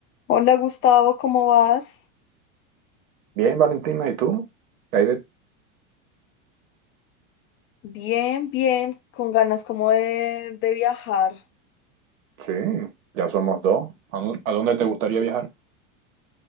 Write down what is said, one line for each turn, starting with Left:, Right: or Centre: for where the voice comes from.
Left: Hola Gustavo, ¿cómo vas?
Right: Bien, Valentina, ¿y tú? ¿Qué hay de-
Left: Bien, bien, con ganas como de, de viajar.
Right: Sí, ya somos dos. ¿A dó- a dónde te gustaría viajar?